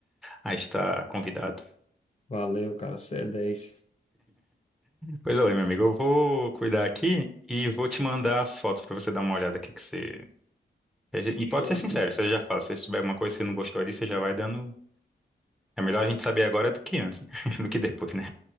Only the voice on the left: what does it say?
Valeu, cara. Você é 10.
Show.
Pronto.